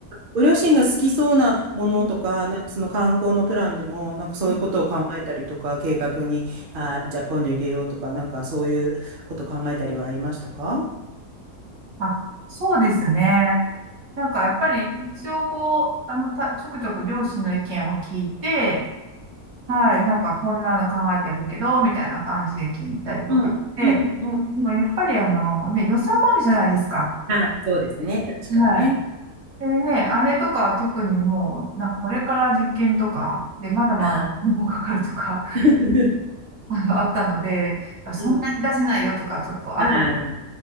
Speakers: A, on the right (about 45°); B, on the right (about 70°).
A: ご両親が好きそうなものとか、
B: い。う
A: なんかその観光のプランでも、なんかそういうことを考えたりとか、
B: んうん
A: 計画に、あー、じゃあこういうの入れようとか、なんかそういうこと考えたりはありましたか
B: あ、そうですね。なんかやっぱり一応こう、あの、た、ちょくちょく両親の意見を聞いて、はい、なんかこんなの考えてるけど、みたいな感じで聞いたりとかして、
A: うん、うん、うん。
B: でもやっぱりあの、ね、予算もあるじゃないですか。
A: あー、そうですね。確かにね。
B: はい。でね、あれとか特にもう、なんかこれから受験とか、で、まだまだお金もかかるとか、
A: あー、
B: <laughs> あの、あったので、いやそんなに出せないよとか、
A: うん、
B: ちょっとあれば
A: あー、まあね。